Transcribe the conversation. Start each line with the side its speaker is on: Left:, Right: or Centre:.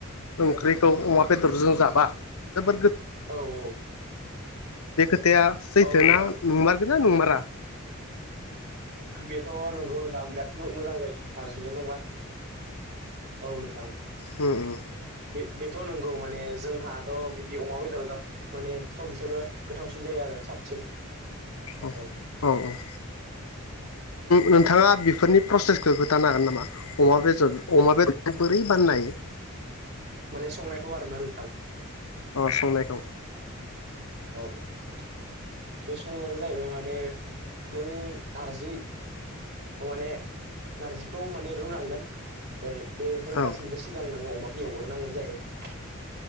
Left: ओंख्रिखौ अमा बेदरजों जाबा जोबबोर
Right: औ औ
Left: बे खोथाया सैथो
Right: औ नोंथां
Left: ना नंमारगोना नंमारा
Right: बेथ' नोंगौ नोंथां बिराद मोजां जायो नारसिंजों संबा औ नोंथां
Left: उम उम
Right: बे बेथ' नंगौ माने जोंहाथ' बिदि अमा बेदर ज माने सब बिसोरबो गोथावसिन जायो आरो साबसिन
Left: अ
Right: औ
Left: औ औ नोंथाङा बेफोरनि प्रसेसखौ खिथानो हागोन नामा अमा बेदर अमा बेदरखौ बोरै बाननो हायो
Right: माने संनायखौ आरो ना नोंथां
Left: अ संनायखौ
Right: औ बे संनायानो जाहैबाय माने नों नारजि माने नारजिखौ माने रुनांगोन ओमफ्राय बेफोर गासिबो
Left: औ
Right: सिगां नोङो अमाखौ एवग्रोनांगोन जाहैबाय